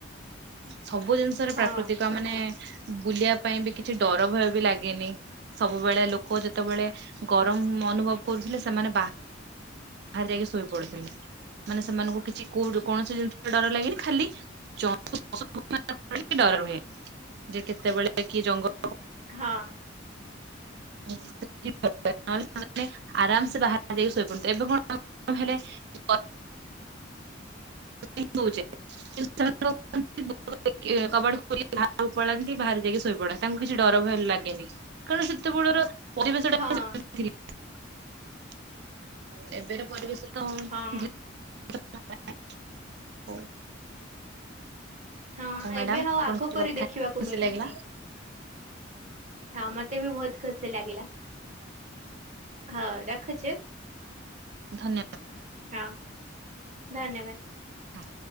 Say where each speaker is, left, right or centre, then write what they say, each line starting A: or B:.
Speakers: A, on the right (about 55°); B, on the right (about 40°).
A: ସବୁ ଜିନିଷରେ
B: ହଁ
A: ପ୍ରାକୃତିକ ମାନେ ବୁଲିବା ପାଇଁ ବି କିଛି ଡର ଭୟ ବି ଲାଗେନି। ସବୁବେଳେ ଲୋକ ଯେତେବେଳେ ଗରମ ଅନୁଭବ କରୁଥିଲେ ସେମାନେ ବା ବାହାରେ ଯାଇକି ଶୋଇ ପଡୁଥିଲେ ମାନେ ସେମାନଙ୍କୁ କିଛି କୋଉଠି କୌଣସି ଜିନିଷରେ ଡର ଲାଗେନି ଖାଲି <unintelligible> ଡର ହୁହେ ଯେ କେତେବେଳେ କି ଜଙ୍ଗ
B: ହଁ।
A: <unintelligible> ନହେଲେ ସେମାନେ ଆରାମସ ବାହାରାରେ ଯାଇକି ଶୋଇପଡୁଥିଲେ ଏବେ କଣ କଣ ହେଲେ <unintelligible> କିନ୍ତୁ ସେମାନେ କଣ କରନ୍ତି <unintelligible> କବାଟକୁ ଖୋଲି ବାହାରକୁ ପଳାନ୍ତି ବାହାରେ ଯାଇକି ଶୋଇ ପଡନ୍ତି ତାଙ୍କୁ କିଛି ଡର ଭୟ ଲାଗେନି। କାଳେ ସେ ସେତବେଳର ପରିବେଶଟା
B: ହଁ
A: ସେମିତି ଥିଲା। ଏବେର ପରିବେଶ ତ
B: ହଁ
A: ଧି <unintelligible>
B: ହଁ,
A: ମ୍ୟାଡାମ
B: ଏବେ ଆଉ
A: ଆପଣଙ୍କ
B: ଆଘ
A: ସହିତ
B: ପରି
A: କଥା
B: ଦେଖିବାକୁ
A: ହେଇକି ଖୁସି
B: ମିଳୁନି।
A: ଲାଗିଲା।
B: ହଁ, ମତେ ବି ବହୁତ ଖୁସି ଲାଗିଲା। ହଉ, ରଖୁଚୁ।
A: ଧନ୍ୟବାଦ
B: ହଁ, ଧନ୍ୟବାଦ।
A: ହଁ।